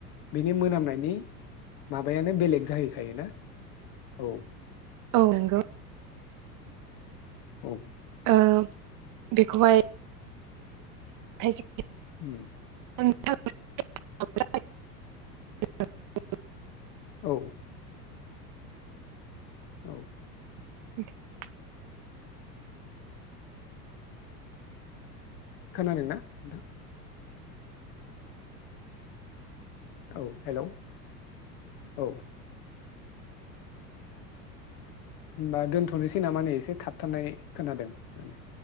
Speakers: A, on the left (about 45°); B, on the right (about 40°).
A: बिनि मोनामनायनि माबायानो बेलेग जाहैखायो ना औ।
B: औ नंगौ।
A: औ।
B: ओ बेखौहाय <unintelligible>
A: ओम।
B: <unintelligible>
A: औ औ।
B: <unintelligible>
A: खोनादोंना नोंथां। औ हेल' औ। होमबा दोनथ'नोसै नामा नै एसे थाबथानाय खोनादों माने